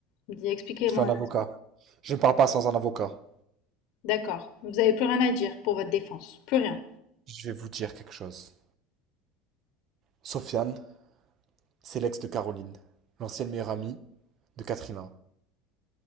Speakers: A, on the left; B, on the right.
A: Vous dites, Expliquez-moi.
B: Je fais un avocat. Je ne parle pas sans un avocat.
A: D'accord. Vous avez plus rien à dire pour votre défense. Plus rien.
B: Je vais vous dire quelque chose. Sofiane, c'est l'ex de Caroline, l'ancienne meilleure amie de Katrina.